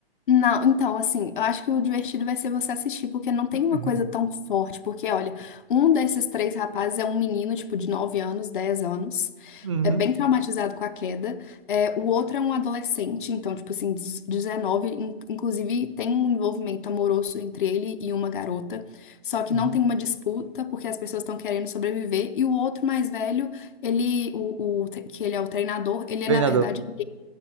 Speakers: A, on the left; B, on the right.
A: Não, então, assim, eu acho que o divertido vai ser você assistir, porque não tem uma
B: Uhum,
A: coisa tão forte. Porque, olha, um desses três rapazes é um menino, tipo, de 9 anos, 10 anos,
B: uhum.
A: é bem traumatizado com a queda. É, o outro é um adolescente, então, tipo assim, 19, in- inclusive tem um envolvimento amoroso entre ele e uma garota. Só que
B: uhum.
A: não tem uma disputa, porque as pessoas estão querendo sobreviver. E o outro mais velho, ele, o, o, que ele é o treinador, ele
B: Treinador.
A: é, na verdade,